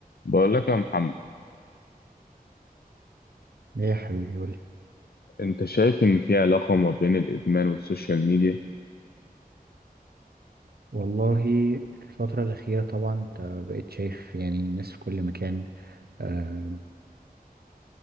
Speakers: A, on the left (about 85°); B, on the right (about 80°).
A: بقول لك يا محمد
B: ايه يا حبيبي قولي
A: انت شايف ان في علاقة ما بين الادمان والسوشيال ميديا
B: والله الفترة الأخيرة طبعا انت بقيت شايف يعني الناس في كل مكان آه،